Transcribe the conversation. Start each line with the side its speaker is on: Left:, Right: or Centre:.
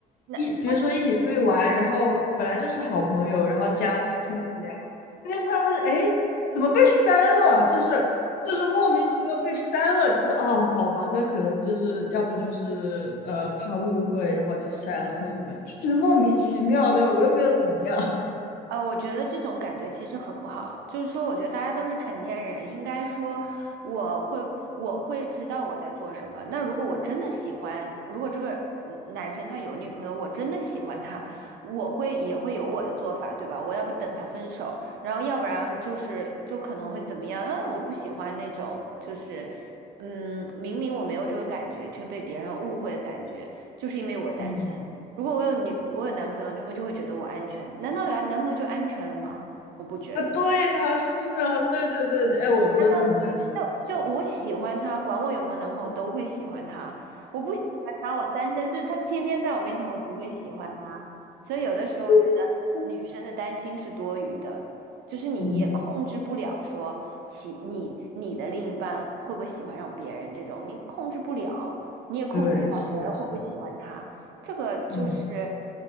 Right: 那。
Left: 一，比如说一起出去玩，然后本来就是好朋友，然后加了微信或怎么样，突然突然发现，哎，怎么被删了？就是就是莫名其妙被删了，就是哦，好吧，那可能就是要么就是呃怕误会，然后就删了或者怎么样，就觉得莫名其妙，对吧？我又没有怎么样 <laughs>
Right: 呃，我觉得这种感觉其实很不好，就是说，我觉得大家都是成年人，应该说我会我会知道我在做什么。那如果我真的喜欢，如果这个嗯男生他有女朋友，我真的喜欢他，我会也会有我的做法，对吧？我要不等他分手，然后要不然就是就可能会怎么样？啊，我不喜欢那种就是嗯，明明我没有这个感觉，却被别人误会的感觉，就是因为我单身。
Left: 嗯，
Right: 如果我有女，我有男朋友，他们就会觉得我安全。难道有男朋友就安全了吗？我不觉得。
Left: 啊，对啊，是啊，对对对对，哎，我真的很能理解这个，
Right: 难道就就我喜欢他，管我有没有男朋友，我都会喜欢他。我不喜欢他，我单身，就是他天天在我面前，我也不会喜欢他。所以有的时候我觉得女生的担心是多余的，
Left: 是的。
Right: 就是你也控制不了说其你你的另一半会不会喜欢上别人这种，
Left: 嗯。
Right: 你控制不了，你也控制不了别人会不会喜欢他，
Left: 对，是的，是的，
Right: 这个就是
Left: 嗯